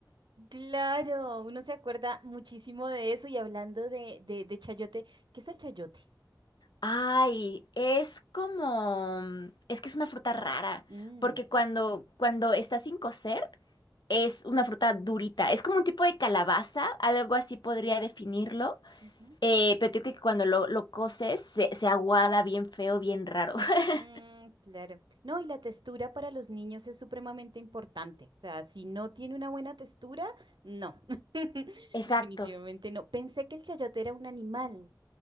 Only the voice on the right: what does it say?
Claro, uno se acuerda muchísimo de eso y hablando de, de, de chayote, ¿qué es el chayote?
Mm,
ujú.
Mm, claro. No, y la textura para los niños es supremamente importante. O sea, si no tiene una buena textura, no. <laughs>
Definitivamente no. Pensé que el chayote era un animal.